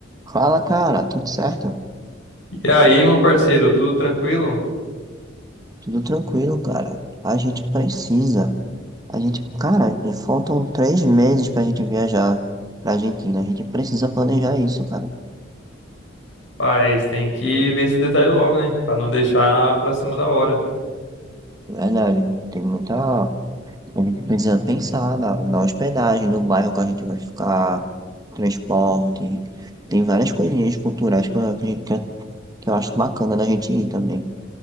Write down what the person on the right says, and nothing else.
Fala, cara, tudo certo?
Tudo tranquilo, cara. A gente precisa. A gente, cara, e faltam três meses pra gente viajar pra Argentina. A gente precisa planejar isso, cara.
Verdade. Tem muita. A gente precisa pensar na, na hospedagem, no bairro que a gente vai ficar, transporte. Tem várias coisinhas culturais que eu, que, a gente- que eu acho bacana da gente ir também.